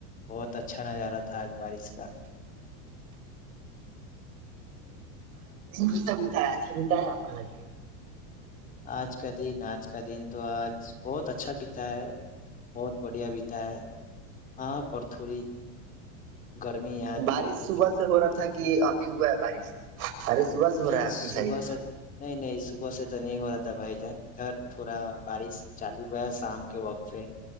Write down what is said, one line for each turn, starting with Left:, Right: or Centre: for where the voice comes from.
Left: بہت اچھا نظارہ تھا آج بارش کا
Right: تو سا بتایا اچھا بتایا آپ کا ہج
Left: آج کا دن آج کا دن تو آج بہت اچھا بتا ہے بہت بڑھیا بیتا ہے ہاں پر تھوڑی گرمی آج
Right: بارش صبح سے ہو رہا تھا کہ ابھی ہوا ہے بارش ارے صبح سے ہو
Left: نہیں
Right: رہا ہے آپ
Left: صب
Right: کی سائڈ
Left: سے نہیں نہیں سب بے تو نہیں ہو رہا تھا بھائی جان ادھر تھوڑا بارش چالو ہوا ہے شام کے وقت سے